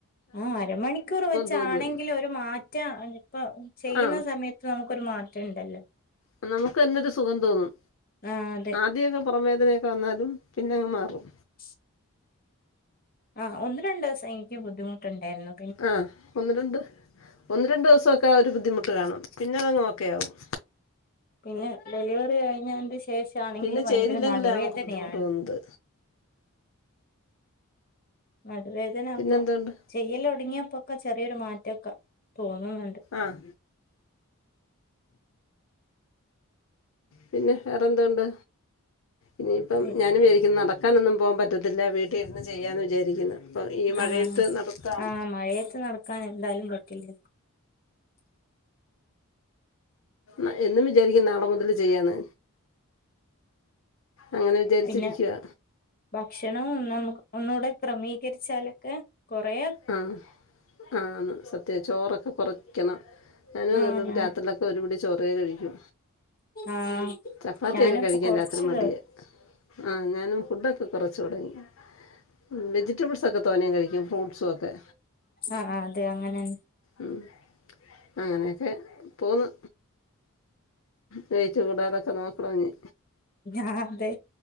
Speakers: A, on the left; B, on the left.
A: ആഹ് അരമണിക്കൂർ വെച്ചാണെങ്കിലും
B: തോന്നുമായിരുന്നു
A: ഒരു മാറ്റം ഇപ്പൊ ചെയ്യുന്ന
B: ആ
A: സമയ ത്ത് നമുക്കൊരു മാറ്റണ്ടല്ലോ
B: ആഹ് നമുക്ക് തന്നൊരു സുഖം തോന്നും
A: ആഹ് അതെ
B: ആദ്യമൊക്കെ പൊറം വേദനയൊക്കെ വന്നാലും പിന്നങ്ങ് മാറും
A: സ് ആഹ് ഒന്ന് രണ്ടൂസം എനിക്കും ബുദ്ധിമുട്ടുണ്ടാരുന്നു
B: ആഹ് ഒന്ന് രണ്ട് ഒന്ന് രണ്ട് ദിവസൊക്കെ ആ ഒരു ബുദ്ധിമുട്ട് കാണും പിന്നതങ്ങ് ഒക്കെയാവും
A: പിന്നെ ഡെലിവറി കഴിഞ്ഞതിന്റെ ശേഷാണെങ്കില്
B: പിന്നെ
A: ഭയങ്കര
B: ചെയ്തില്ലങ്കിലാ
A: നടുവേദനയാണ്
B: നമുക്ക് ബുദ്ധിമുട്ട് തോന്നുന്നത്
A: നടുവേദന അപ്പം
B: പിന്നെന്തുണ്ട്
A: ചെയ്യലൊടങ്ങിയപ്പോക്കെ ചെറിയൊരു മാറ്റോക്കെ തോന്നുന്നുണ്ട്
B: ആഹ് പിന്നെ വേറെന്തോണ്ട് ഇനിയിപ്പം
A: അതെ
B: ഞാനും വിചാരിക്കുന്നു നടക്കാനൊന്നും പോകാൻ പറ്റത്തില്ല വീട്ടിലിരുന്ന് ചെയ്യാന്ന് വിചാരിക്കുന്നു ഇപ്പം ഈ മഴയ
A: ആഹ്
B: ത്ത് നടത്താം
A: ആഹ് മഴയത്ത് നടക്കാൻ എന്തായാലും പറ്റില്ല
B: ആഹ് എന്നും വിചാരിക്കും നാളെ മുതല് ചെയ്യാന്ന് അങ്ങനെ വിചാരിച്ചിരിക്ക്വാ
A: പിന്നെ ഭക്ഷണം നമ്മക്ക് ഒന്നുകൂടെ ക്രമീകരിച്ചാലൊക്കെ കൊറേ
B: ആഹ് ആന്ന് സത്യാ ചോറൊക്കെ കൊറയ്ക്കണം ഞാനും അതുകൊണ്ട്
A: ആഹ്
B: ഇപ്പം
A: ഞാൻ
B: രാത്രില ക്കെ ഒരുപിടി ചോറേ കഴിക്കു
A: ആഹ്
B: ചപ്പാത്തിയൊക്കെ
A: ഞാനിപ്പോ
B: കഴിക്കാൻ
A: കൊറച്ച്
B: രാത്രി മടിയാ ആഹ് ഞാനും ഫുഡൊക്കെ കൊറച്ച് തൊടങ്ങി ഉം വെജിറ്റബിൾസക്കെ തോനേ കഴിക്കും ഫ്രൂട്ട്സുവൊക്കെ
A: ആഹ് ആഹ് അതെ അങ്ങനന്നെ
B: ഉം അങ്ങനെയൊക്കെ പോന്ന് വെയ്റ്റ് കൂടാതൊക്കെ നോക്കണം ഇനി
A: ഞാതെ